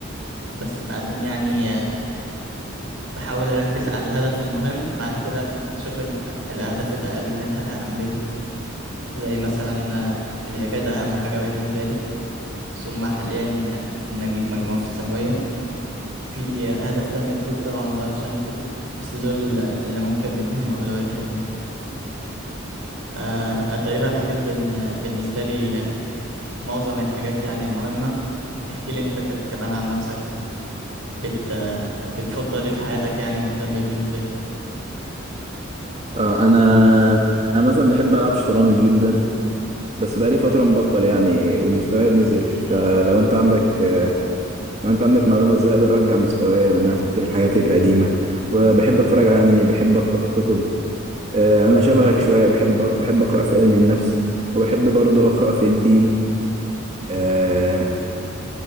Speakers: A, on the right (about 85°); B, on the right (about 35°).
A: بس بعدين يعني آه، بحاول أركز على الهدف المهم بعد كده أشوف ال- الأهداف الأقل منها أهمية زي مثلا آه، العبادة أهم حاجة بالنسبة لي ثم حاليا إن أجيب مجموع في الثانوية في أهداف تانية كتير طبعا ما أقدرش أنكر بس دول اللي ممكن مديهم أولوية حاليا آه آه، تقريبا الحاجات بن... بالنسبة لي آه، معظم الحاجات يعني المهمة احكي لي أنت ك... كمان عن نفسك بت... آه، بتفضل إيه في حياتك يعني مهتم بيه وكده
B: اه انا انا مثلا بحب العب شطرنج جدا بس بقالي فتره مبطل يعني ومستواي نزل فلو انت عندك آه، لو انت عندك معلومه ازاي اقدر ارجع مستواي وان انا افتكر الحاجات القديمه وبحب اتفرج على انمي بحب اقرا كتب آه، انا شبهك شويه بحب بحب اقرا في علم النفس وبحب برضو اقرا في الدين آه،